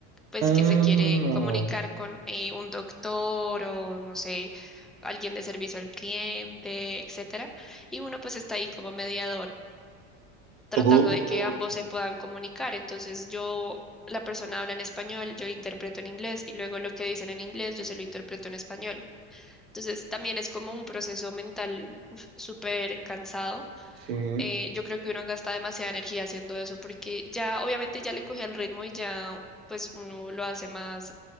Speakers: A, in the centre; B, on the right.
A: pues
B: Ah,
A: que se quiere comunicar con eh, un doctor o no sé, alguien de servicio al cliente, etcétera, y uno pues está ahí como mediador, tratando
B: ok,
A: de que ambos se puedan comunicar. Entonces yo La persona habla en español, yo interpreto en inglés y luego lo que dicen en inglés yo se lo interpreto en español. Entonces también es como un proceso mental uf, súper cansado
B: sí.
A: eh, yo creo que uno gasta demasiada energía haciendo eso porque ya obviamente ya le cogí el ritmo y ya pues uno lo hace más